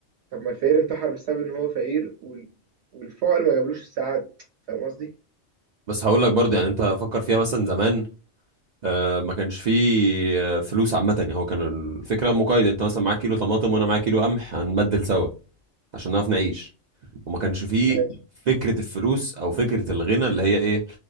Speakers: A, on the right (about 70°); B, on the right (about 85°).
A: طب ما الفقير انتحر بسبب ان هو فقير وال... والفقر ما جابلوش السعادة فاهم قصدي؟
B: بس هقول لك برضه يعني انت فكر فيها مثلا زمان آه، ما كانش فيه آه، فلوس عامة يعني هو كان الفكرة مقايضة انت مثلا معاك كيلو طماطم وانا معايا كيلو قمح هنبدل سوا عشان نعرف نعيش وما كانش فيه
A: ماشي
B: فكرة الفلوس او فكرة الغنى اللي هي ايه